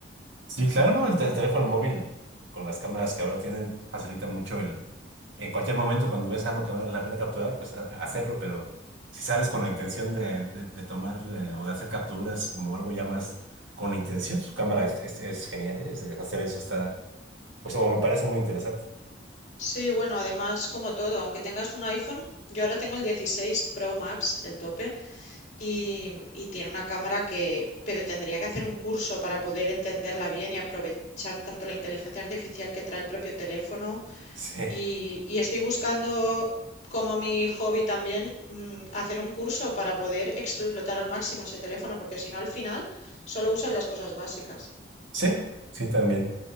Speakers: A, on the right; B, on the left.
A: Sí, claro, ¿no? El, tel- el teléfono móvil con las cámaras que ahora tienen facilita mucho el en cualquier momento cuando ves algo que vale la pena capturar, pues a- a hacerlo, pero si sales con la intención de, de- de tomar eh, o de hacer capturas como algo ya más con intención, su cámara es, es- es genial, ¿eh? Es- Hacer eso está, pues me parece muy interesante. <laughs>
B: Sí, bueno, además, como todo, aunque tengas un iPhone, yo ahora tengo el 16 Pro Max, el tope, y, y tiene una cámara que, pero tendría que hacer un curso para poder entenderla bien y aprovechar tanto la inteligencia artificial que trae el propio teléfono.
A: Sí,
B: Y, y estoy buscando, como mi hobby también, mm, hacer un curso para poder explotar al máximo ese teléfono, porque si no, al final solo usas las cosas básicas.
A: sí, sí también.